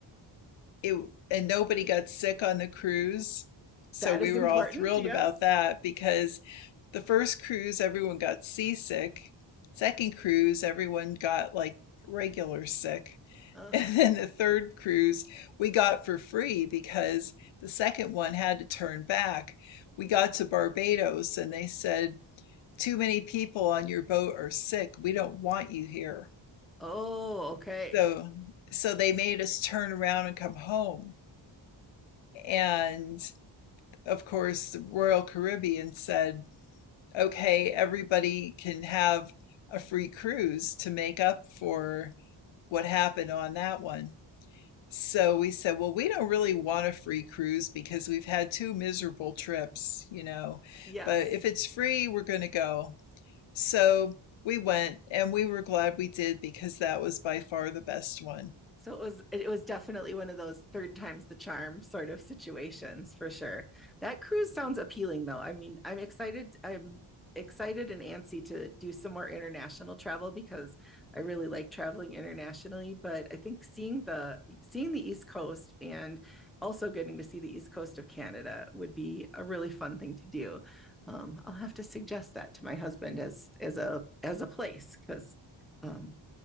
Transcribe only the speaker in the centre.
that
is
important.
Yes.
Ugh.
Oh, okay.
Yes.
So it was it was definitely one of those third times the charm sort of situations for sure. That cruise sounds appealing though. I mean, I'm excited. I'm excited and antsy to do some more international travel because I really like traveling internationally, but I think seeing the seeing the East Coast and also getting to see the East Coast of Canada would be a really fun thing to do. Um, I'll have to suggest that to my husband as as a as a place because um,